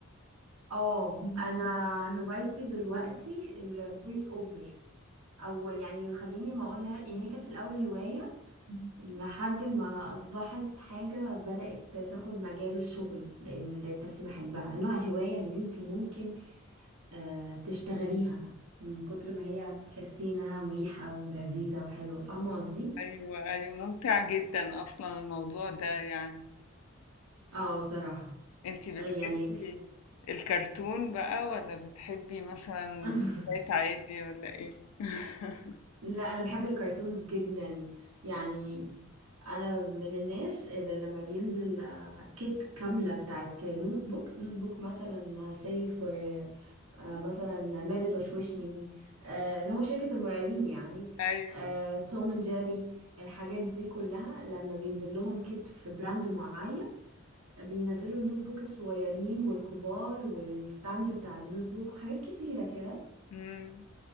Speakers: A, on the right (about 80°); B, on the left (about 85°).
A: اه انا هوايتي دلوقتي الفويس اوفر او يعني خليني ما اقولها يعني هي كانت في الاول هواية لحد ما اصبحت حاجة بدأت تاخد مجال الشغل لان لقيت نفسي بحبها نوع الهواية اللي انت ممكن آه تشتغليها من كتر ما هي بتحسي انها مريحة ولذيذة وحلوة فاهمة قصدي؟
B: ايوه ايوه ممتع جدا اصلا الموضوع ده يعني
A: اه بصراحة
B: انت بتحبي
A: يعني
B: الكرتون بقى ولا بتحبي مثلا
A: <laughs>
B: روايات عادي ولا ايه <laughs>
A: لا انا بحب الكرتونز جدا يعني انا من الناس اللي لما بينزل آه، كيت كامله بتاعت نوت بوك نوت بوك مثلا سي فور مثلا مارد وشوشني آه، اللي هو شركه المرعبين يعني
B: ايوه
A: آه، توم اند جيري الحاجات دي كلها لما بينزل لهم كيت في براند معين بينزلوا النوت بوك الصغيرين والكبار والستاند بتاع النوت بوك وحاجات كتيره كده
B: مم.